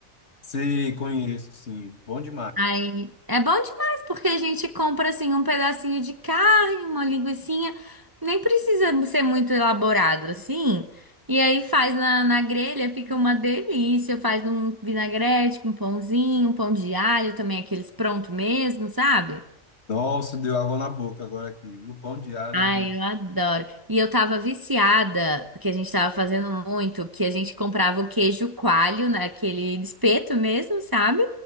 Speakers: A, on the left; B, on the right.
A: Sei, conheço, sim. Bom demais.
B: Aí é bom demais, porque a gente compra assim um pedacinho de carne, uma linguiçinha. Nem precisa ser muito elaborado assim. E aí faz na, na grelha, fica uma delícia. Faz um vinagrete com pãozinho, um pão de alho também, aqueles pronto mesmo, sabe?
A: Nossa, deu água na boca agora aqui, viu? Pão de alho
B: Ai,
A: é bom.
B: eu adoro. E eu tava viciada, que a gente tava fazendo muito, que a gente comprava o queijo coalho naquele espeto mesmo, sabe?